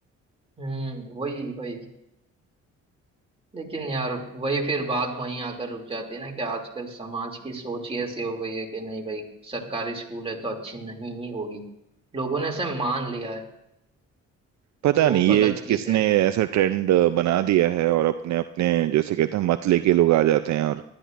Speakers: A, on the right; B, on the right.
A: हम्म वही वही लेकिन यार वही फिर बात वहीं आकर रुक जाती है ना कि आजकल समाज की सोच ही ऐसी हो गई है कि नहीं भाई सरकारी स्कूल है तो अच्छी नहीं ही होगी लोगों ने इसे मान लिया है
B: पता
A: तो वो
B: नहीं
A: गलत
B: ये
A: चीज
B: किसने
A: है
B: ऐसा ट्रेंड बना दिया है और अपने अपने जैसे कहते हैं मत लेके लोग आ जाते हैं और